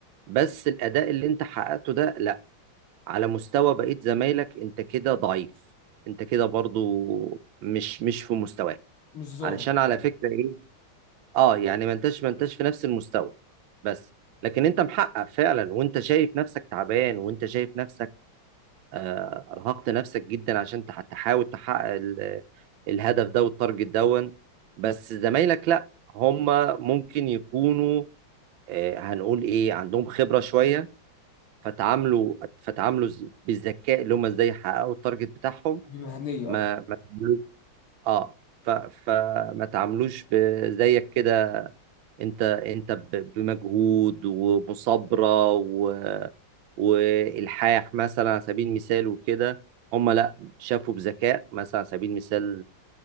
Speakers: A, on the right; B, on the left.
A: بس الأداء اللي أنت حققته ده لأ على مستوى بقية زمايلك أنت كده ضعيف أنت كده برضو مش مش في مستواك
B: مش ظاهر
A: علشان على
B: فعلا
A: فكرة إيه أه يعني ما أنتش ما أنتش في نفس المستوى بس لكن أنت محقق فعلا وأنت شايف نفسك تعبان وأنت شايف نفسك آه، أرهقت نفسك جدا عشان تح- تحاول تحقق ال- الهدف ده والتارجت دون بس زمايلك لأ هم ممكن يكونوا آه، هنقول إيه عندهم خبرة شوية فتعاملوا فتعاملوا ز- بالذكاء اللي هم ازاي يحققوا التارجت بتاعهم
B: وبمهنية
A: ما
B: أكتر
A: ما تعملوش- اه ف... فما تعاملوش ب- زيك كده انت انت ب- بمجهود ومصابرة و... والحاح مثلا على سبيل المثال وكده هم لا شافوا بذكاء مثلا على سبيل المثال